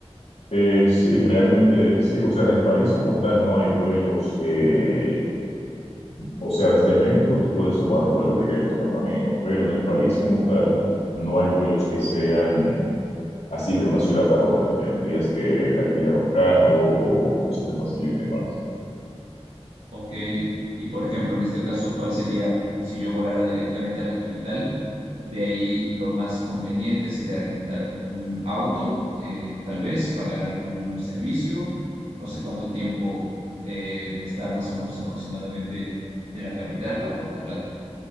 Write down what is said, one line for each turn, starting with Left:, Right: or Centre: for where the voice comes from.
Left: Eh, sí, realmente sí. O sea, en el país como tal no hay vuelos. eh, o sea, desde México tú puedes tomar un vuelo directo, me imagino, pero en el país como tal no hay vuelos que sean así de una ciudad a otra? ¿Tendrías que alquilar un carro o cómo se te facilite más?
Right: Ok. Y por ejemplo, en este caso, ¿cuál sería si yo volara directamente a la capital? De ahí lo más conveniente sería rentar un auto, eh, tal vez pagar algún servicio. No sé cuánto tiempo eh, está más o menos aproximadamente de la capital a Puerto Plata.